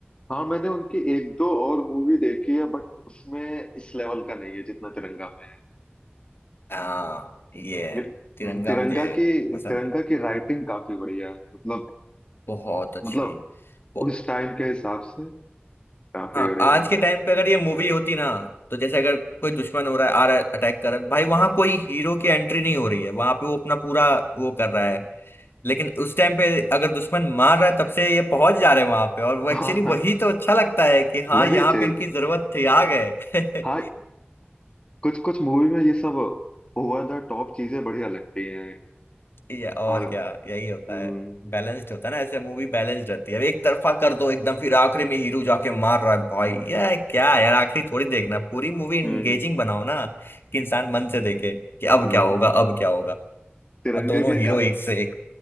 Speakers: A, on the left; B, on the left.
A: हाँ मैंने उनकी एक दो और मूवी देखी है बट उसमें इस लेवल का नहीं है जितना तिरंगा में है
B: हाँ ये है
A: मेरे-
B: तिरंगा
A: हम्म, तिरंगा
B: मुझे
A: की
B: पसंद
A: तिरंगा की राइटिंग काफी बढ़िया है मतलब
B: बहुत अच्छी
A: मतलब
B: वो
A: उस टाइम के हिसाब से काफी
B: हाँ
A: बढ़िया
B: आज
A: है।
B: के टाइम पे अगर ये मूवी होती ना तो जैसे अगर कोई दुश्मन हो रहा है आ रहा है अटैक कर रहा है भाई वहां कोई हीरो की एंट्री नहीं हो रही है वहां पे वो अपना पूरा वो कर रहा है लेकिन उस टाइम पे अगर दुश्मन मार रहा है तब से ये पहुंच जा रहे हैं वहां पे और वो एक्चुअली
A: हाँ हाँ
B: वही तो अच्छा लगता है कि हाँ
A: वही
B: यहाँ
A: चीज
B: पे इनकी जरूरत थी आ गए <laughs>
A: हाँ कुछ कुछ मूवी में ये सब ओवर द टॉप चीजें बढ़िया लगती हैं
B: या और
A: हाँ
B: क्या यही होता
A: हम्म
B: है बैलेंस्ड होता है ना ऐसे मूवी बैलेंस्ड रहती है अब एक तरफा कर दो एकदम फिर आखिरी में हीरो जाके मार रहा है भाई ये क्या है यार आखिरी थोड़ी देखना पूरी मूवी एंगेजिंग
A: हम्म
B: बनाओ ना कि इंसान मन से देखे कि अब
A: हम्म।
B: क्या होगा अब क्या होगा
A: तिरंगे
B: अब दोनों
A: के
B: हीरो
A: गा
B: एक से एक